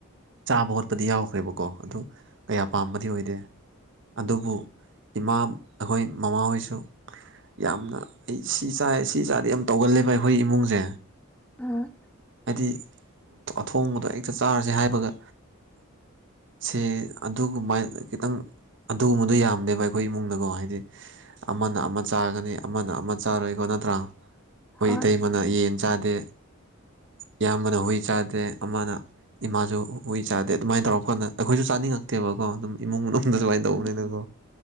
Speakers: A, on the right; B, in the centre.
A: ꯆꯥꯕ ꯈꯣꯠꯄꯗꯤ ꯌꯥꯎꯈ꯭ꯔꯦꯕꯀꯣ ꯑꯗꯨ ꯀꯌꯥ ꯄꯥꯝꯕꯗꯤ ꯑꯣꯏꯗꯦ ꯑꯗꯨꯕꯨ ꯏꯃꯥ ꯑꯩꯈꯣꯏ ꯃꯃꯥꯍꯣꯏꯁꯨ ꯌꯥꯝꯅ ꯑꯩ ꯁꯤ ꯆꯥꯏ ꯁꯤ ꯆꯥꯗꯤ ꯌꯥꯝ ꯇꯧꯒꯜꯂꯦꯕ ꯑꯩꯈꯣꯏ ꯏꯃꯨꯡꯁꯦ
B: ꯎꯝ
A: ꯍꯥꯏ ꯑꯊꯣꯡꯕꯗꯣ ꯍꯦꯛꯇ ꯆꯥꯔꯁꯦ ꯍꯥꯏꯕꯒ ꯁꯦ ꯑꯗꯨꯒꯨꯝꯕ ꯈꯤꯇꯪ ꯑꯗꯨꯒꯨꯝꯕꯗꯣ ꯌꯥꯝꯗꯦꯕ ꯑꯩꯈꯣꯏ ꯏꯃꯨꯡꯗꯀꯣ ꯍꯥꯏꯗꯤ ꯑꯃꯅ ꯑꯃ ꯆꯥꯒꯅꯤ ꯑꯃꯅ ꯑꯃ ꯆꯥꯔꯣꯏꯀꯣ ꯅꯠꯇ꯭ꯔꯥ ꯑꯩꯈꯣꯏ
B: ꯍꯣꯏ
A: ꯏꯇꯩꯃꯅ ꯌꯦꯟ ꯆꯥꯗꯦ ꯏꯌꯥꯝꯕꯅ ꯍꯨꯏ ꯆꯥꯗꯦ ꯑꯃꯅ ꯏꯃꯥꯁꯨ ꯍꯨꯏ ꯆꯥꯗꯦ ꯑꯗꯨꯃꯥꯏꯅ ꯇꯧꯔ ꯀꯥꯟꯗ ꯑꯩꯈꯣꯏꯁꯨ ꯆꯥꯅꯤꯡꯉꯛꯇꯦꯕꯀꯣ ꯑꯗꯨꯝ ꯏꯃꯨꯡ ꯃꯅꯨꯡꯗꯗꯁꯨ
B: ꯎꯝ
A: ꯇꯧꯕꯅꯤꯅꯀꯣ